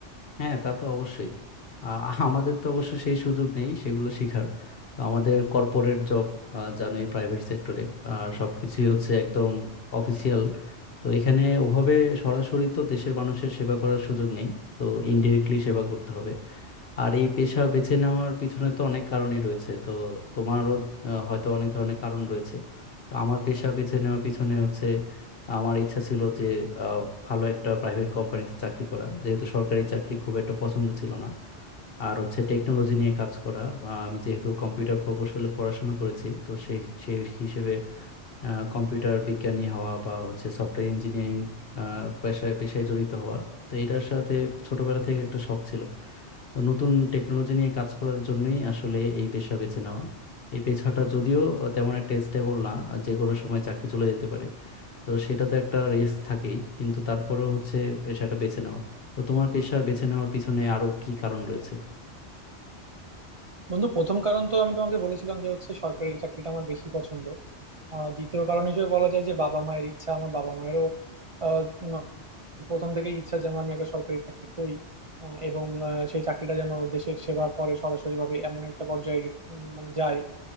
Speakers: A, on the left; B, on the right.
A: হ্যাঁ তা তো অবশ্যই আ- আমাদের তো অবশ্য সেই সুযোগ নেই সেগুলো শেখার তো আমাদের কর্পোরেট জব জানোই প্রাইভেট সেক্টরে সব কিছুই হচ্ছে একদম অফিসিয়াল তো এখানে ওভাবে সরাসরি তো দেশের মানুষের সেবা করার সুযোগ নেই তো ইনডিরেক্টলি সেবা করতে হবে আর এই পেশা বেছে নেওয়ার পিছনে তো অনেক কারণই রয়েছে তো তোমারও আহ, হয়তো অনেক ধরনের কারণ রয়েছে তো আমার পেশা বেছে নেওয়ার পিছনে হচ্ছে আমার ইচ্ছা ছিল যে আহ, ভালো একটা প্রাইভেট কোম্পানিতে চাকরি করা যেহেতু সরকারি চাকরি খুব একটা পছন্দ ছিল না আর হচ্ছে টেকনোলজি নিয়ে কাজ করা আহ, আমি যেহেতু কম্পিউটার প্রকৌশলে পড়াশোনা করেছি তো সেই সেই হিসেবে কম্পিউটার বিজ্ঞানী হওয়া বা হচ্ছে সফটওয়্যার ইঞ্জিনিয়ারিং পেশায় পেশায় জড়িত হওয়া তো এটার সাথে ছোটবেলা থেকে একটা শখ ছিল তো নতুন টেকনোলজি নিয়ে কাজ করার জন্যই আসলে এই পেশা বেছে নেওয়া এই পেশাটা যদিও তেমন একটা স্টেবল না যে কোনো সময় চাকরি চলে যেতে পারে তো সেটা তো একটা রিস্ক থাকেই কিন্তু তারপরেও হচ্ছে পেশাটা বেছে নেওয়া তো তোমার পেশা বেছে নেওয়ার পিছনে আরো কি কারণ রয়েছে
B: বন্ধু প্রথম কারণ তো আমি তোমাকে বলেছিলাম যে হচ্ছে সরকারি চাকরিটা আমার বেশি পছন্দ আহ, দ্বিতীয় কারণ হিসেবে বলা যায় যে বাবা মায়ের ইচ্ছা আমার বাবা মায়েরও আহ, উম, প্রথম থেকেই ইচ্ছা যেন আমি একটা সরকারি চাকরি করি আহ, এবং আহ, সেই চাকরিটা যেন দেশের সেবা করে সরাসরি ভাবে এমন একটা পর্যায়ে উম, মানে যায়